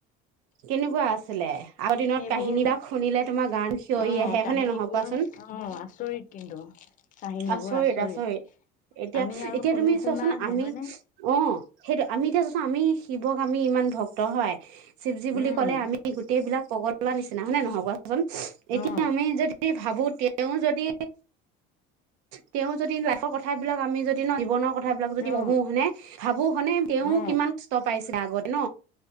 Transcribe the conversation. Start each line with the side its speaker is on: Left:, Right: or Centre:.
Right: কেনেকুৱা আছিলে? আগৰ দিনত
Left: সেইবোৰ
Right: কাহিনী বিলাক শুনিলে তোমাৰ গাৰ নুম সিয়ৰি
Left: অ
Right: আহে
Left: কাহিনীবোৰ
Right: হয়নে নহয় কোৱাচোন।
Left: অ আচৰিত কিন্তু কাহিনীবোৰ
Right: আচৰিত-আচৰিত
Left: আচৰিত
Right: এতিয়া
Left: আমি আৰু
Right: এতিয়া
Left: শুনি
Right: তুমি
Left: শুনাৰহে
Right: চোৱাচোন আমি
Left: হয়নে
Right: অ' সেইটো আমি এতিয়া চোৱা আমি শিৱক আমি ইমান ভক্ত হয় শিৱজি বুলি
Left: উম
Right: ক'লে আমি গোটেইবিলাক পগ লা নিচিনা, হয় নে নহয় কোৱা চোন এতিয়া
Left: অ
Right: আমি যদি ভাবো তেওঁ যদি, তেওঁ যদি লাইফৰ কথাবিলাক আমি যদি ন জীৱনৰ কথাবিলাক যদি
Left: অ
Right: পঢ়ো হয়নে, ভাবো হয়নে তেওঁ
Left: অ
Right: কিমান কষ্ট পাইছে আগত ন?